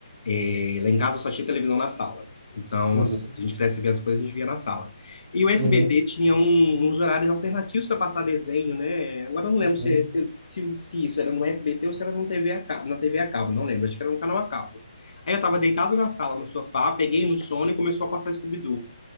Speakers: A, on the left (about 70°); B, in the centre.
A: É, lá em casa só tinha televisão na sala. Então,
B: Uhum,
A: assim, se a gente quisesse ver as coisas, a gente via na sala. E o SBT
B: uhum,
A: tinha um- uns horários alternativos para passar desenho, né? Agora eu não lembro
B: uhum,
A: se, se, se, se isso era no SBT ou se era no TV a cabo, na TV a cabo, não lembro. Acho que era no canal a cabo. Aí eu tava deitado na sala, no sofá, peguei no sono e começou a passar Scooby-Doo.